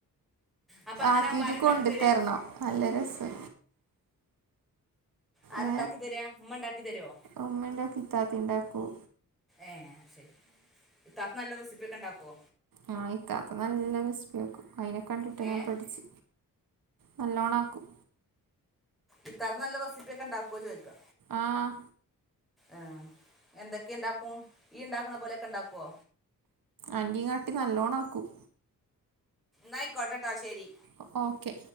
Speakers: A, in the centre; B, on the right.
A: അപ്പൊ അങ്ങനെ
B: ആക്കീട്ട്
A: ആകുമ്പോ ആരാ ഉണ്ടാക്കി
B: കൊണ്ടു
A: തരിക
B: തരണം നല്ല രസ്
A: ആരാ
B: ഏ
A: ഇണ്ടാക്കി തെര്യ ഉമ്മ ഇണ്ടാക്കി തരോ
B: ഉമ്മ ഇണ്ടാക്കി ഇത്താത്തിം ഇണ്ടാക്കും
A: ഏഹ് ശരി ഇത്താത്ത നല്ല റെസിപ്പിയൊക്കെ ഇണ്ടാക്കോ
B: ആഹ് ഇത്താത്ത നല്ല റെസിപ്പി ആക്കും അയിനെ കണ്ടിട്ടാ
A: ഏഹ്
B: ഞാൻ പഠിച്ച് നല്ലോണം ആക്കും
A: ഇത്താത്ത നല്ല റെസിപ്പിയൊക്കെ ഇണ്ടാക്കോ ചോയിക്കാ
B: ആഹ്
A: ആഹ് എന്തൊക്കെ ഇണ്ടാക്കും യ്യ് ഇണ്ടാക്കണ പോലെയൊക്കെ ഇണ്ടാക്കോ
B: ആൻടീം കാട്ടി നല്ലോണം ആക്കും
A: ന്നായ്ക്കോട്ടട്ടോ ശരി
B: ഒ ഓക്കെ